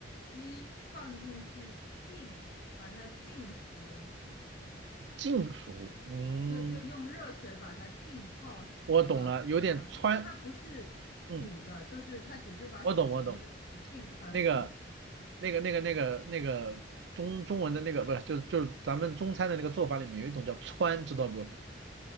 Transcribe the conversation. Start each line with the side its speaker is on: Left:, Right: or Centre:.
Left: 鸡放进去浸，把它浸熟。
Right: 净熟。嗯，
Left: 对，就用热水把它浸泡熟了，
Right: 我懂了，有点川。
Left: 但它不是煮的，
Right: 嗯。
Left: 就是它只是把水煮热，
Right: 我懂，我懂。
Left: 然后浸把它浸熟的。
Right: 那个、那个、那个、那个、那个中中文的那个不是，就是就是咱们中餐的那个做法里面有一种叫川，知道不？